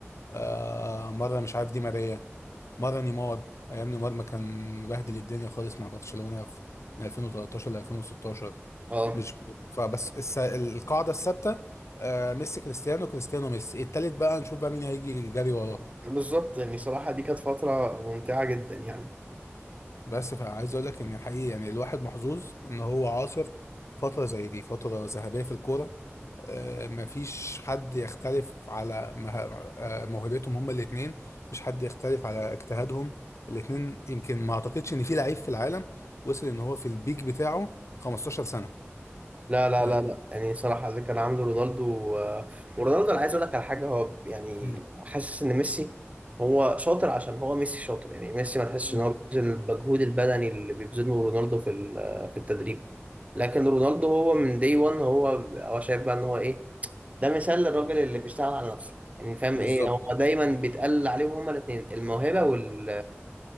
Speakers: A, on the left (about 85°); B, on the right (about 30°).
A: آه، مره مش عارف دي ماريا مره نيمار ايام نيمار ما كان مبهدل الدنيا خالص مع برشلونه في من 2013 ل 2016
B: اه
A: مش فبس الس... القاعده الثابته آه، ميسي كريستيانو كريستيانو ميسي التالت بقى نشوف بقى مين هيجي جري وراه
B: بالظبط يعني صراحة دي كانت فترة ممتعة جدا يعني
A: بس فعايز اقول لك ان حقيقي يعني الواحد محظوظ ان هو عاصر فتره زي دي فتره ذهبيه في الكوره آه، مفيش حد يختلف على مه- آه، موهبتهم هما الاثنين مفيش حد يختلف على اجتهادهم الاثنين يمكن ما اعتقدش ان في لعيب في العالم وصل ان هو في البيك بتاعه 15 سنه
B: لا لا
A: يعني
B: لا لا يعني صراحة اللي كان عامله رونالدو آه، ورونالدو أنا عايز أقول لك على حاجة هو يعني
A: مم.
B: حاسس إن ميسي هو شاطر عشان هو ميسي شاطر يعني ميسي ما تحسش
A: مم.
B: إن هو بيبذل المجهود البدني اللي بيبذله رونالدو في ال- آه، في التدريب لكن رونالدو هو من دي 1 هو هو شايف بقى إن هو إيه ده مثال للراجل اللي بيشتغل على نفسه يعني فاهم
A: بالظبط
B: إيه هو دايما بيتقال عليهم هما الاتنين الموهبة وال